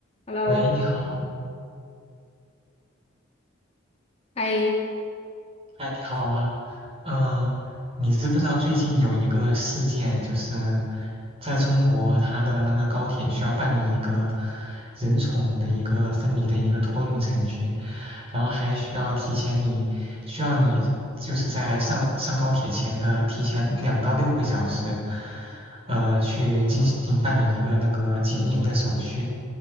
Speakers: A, on the left; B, on the right.
A: Hello，
B: 喂，
A: 你好
B: 你好，
A: 嗨，
B: 哎，你好啊，嗯、你知不知道最近有一个事件，就是在中国，它的那个高铁需要办理一个人宠的一个分离的一个托运程序，然后还需要提前你需要你就是在上上高铁前的提前两到六个小时，呃，去进行办理一个那个检疫的手续，